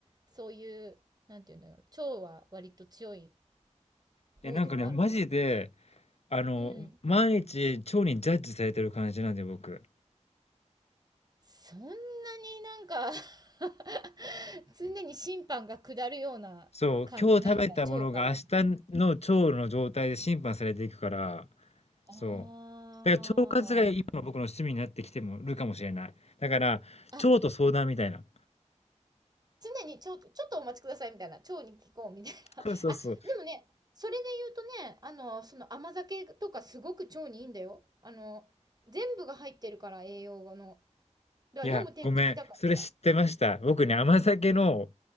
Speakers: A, on the right; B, on the left.
A: そういう、なんていうんだろう、腸は割と強い
B: <laughs>
A: 方ではあるの
B: え、なんかね、マジで、あの、
A: うん。
B: 毎日腸にジャッジされてる感じなんで、僕。
A: そんなになんか <laughs> 常に審判が下るような感じなんだ、
B: そう、今日食べたものが明日の腸の状態で審判されていくから、
A: 腸から。
B: そう。
A: あ
B: だから腸活が今の僕の趣味になってきてもるかもしれない。だから、
A: あ。あ、
B: 腸と相談みたいな。
A: 常にちょ、ちょっとお待ちくださいみたいな、腸に聞こうみたい
B: そうそうそう。
A: な。あ、でもね、それで言うとね、あの、その甘酒とかすごく腸にいいんだよ。あの、全部が入ってるから栄養の。だから飲む点滴だからさ。
B: いや、ごめん。それ知ってました。僕ね、甘酒の、